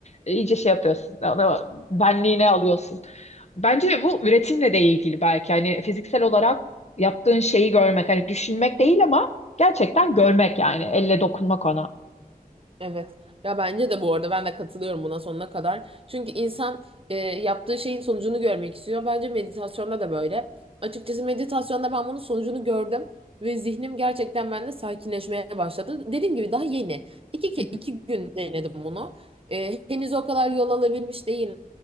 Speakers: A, on the left (about 45°); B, on the right (about 35°).
A: E, iyice şey yapıyorsun. Onu benliğine alıyorsun. Bence bu üretimle de ilgili belki. Hani fiziksel olarak yaptığın şeyi görmek. Hani düşünmek değil ama gerçekten görmek yani. Elle dokunmak ona.
B: Evet. Ya bence de bu arada ben de katılıyorum buna sonuna kadar. Çünkü insan e, yaptığı şeyin sonucunu görmek istiyor. Bence meditasyonda da böyle. Açıkçası meditasyonda ben bunun sonucunu gördüm ve zihnim gerçekten bende sakinleşmeye başladı. Dediğim gibi daha yeni. İki, ke-
A: Hı hı,
B: iki gün denedim bunu. E, henüz o kadar yol alabilmiş değil